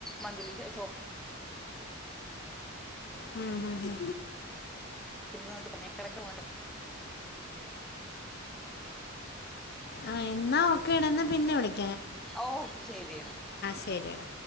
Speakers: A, in the centre; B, on the left.
A: മന്ത്ലി ശേഷം <unintelligible>
B: ഹും ഹാ
A: പി പിന്നെക്കടൊക്കെ പോണ്ടെ
B: ആഹ എന്നാ ഓക്കെഡാ ന്ന പിന്നെ വിളി
A: ഓകെ ശെരി
B: ശരിയെടാ